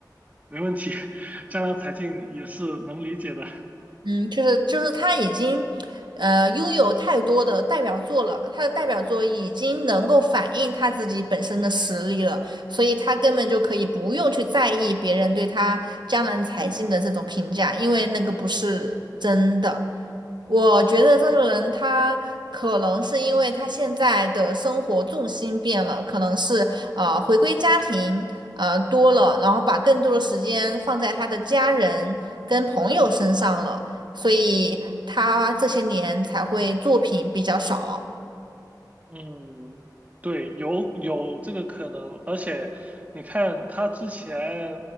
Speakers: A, on the right; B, on the right.
A: 没问题。<laughs> 江郎才尽也是能理解的。
B: 嗯，就是就是他已经，呃，拥有太多的代表作了，他的代表作已经能够反映他自己本身的实力了，所以他根本就可以不用去在意别人对他江南才尽的这种评价，因为那个不是真的。我觉得这个人他可能是因为他现在的生活重心变了，可能是呃回归家庭呃多了，然后把更多的时间放在他的家人跟朋友身上了。所以他这些年才会作品比较少。
A: 嗯，对，有有这个可能，而且你看他之前，